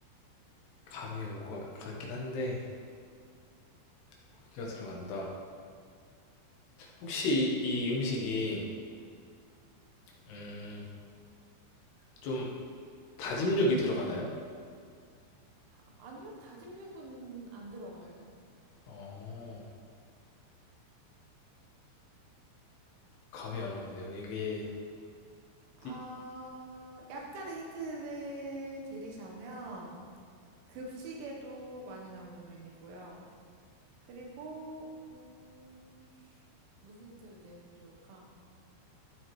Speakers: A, on the left; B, on the right.
A: 감이 올 것 같긴 한데, 고기가 들어간다. 혹시 이, 이 음식이, 음, 좀 다짐육이 들어가나요?
B: 아, 아니요, 다짐육은 안 들어가요.
A: 어, 감이 안 오는데요. 이게, 디-
B: 아, 약간의 힌트를 드리자면, 급식에도 많이 나오는 메뉴고요. 그리고, 음, 무슨 힌트를 내면 좋을까?